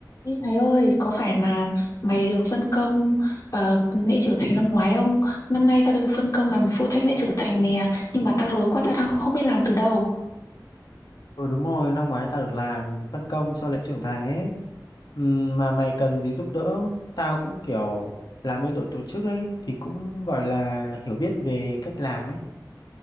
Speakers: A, on the left; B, on the left.
A: Ê mày ơi, có phải là mày được phân công vào lễ trưởng thành năm ngoái không? Năm nay tao được phân công làm phụ trách lễ trưởng thành nè, nhưng mà tao rối quá, tao đang không biết làm từ đâu.
B: Ừ đúng rồi, năm ngoái tao được làm phân công cho lễ trưởng thành ấy. Ừm, mà mày cần gì giúp đỡ, tao cũng kiểu làm bên đội tổ chức ấy thì cũng gọi là hiểu biết về cách làm ấy.